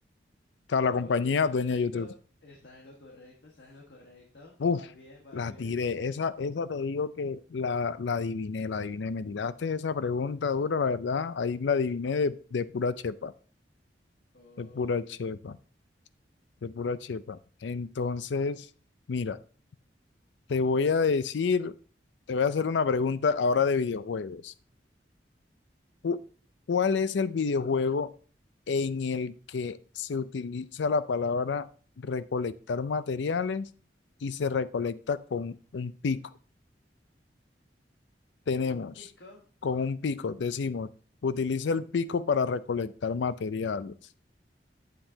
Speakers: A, on the left (about 80°); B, on the left (about 65°).
A: sea,
B: Sí,
A: la
B: bro,
A: compañía
B: en efecto,
A: dueña de YouTube.
B: estás en lo correcto, estás en lo correcto.
A: Uf,
B: Vas bien, vas
A: la
B: bien.
A: tiré. Esa, esa te digo que la, la adiviné, la adiviné. Me tiraste esa pregunta dura, la verdad. Ahí la adiviné de, de pura chepa,
B: Ok.
A: de pura chepa, de pura chepa. Entonces, mira, te voy a decir, te voy a hacer una pregunta ahora de videojuegos. Cu- ¿Cuál es el videojuego en el que se utiliza la palabra recolectar materiales y se recolecta con un pico? tenemos
B: Con un pico.
A: con un pico, decimos, utiliza el pico para recolectar materiales.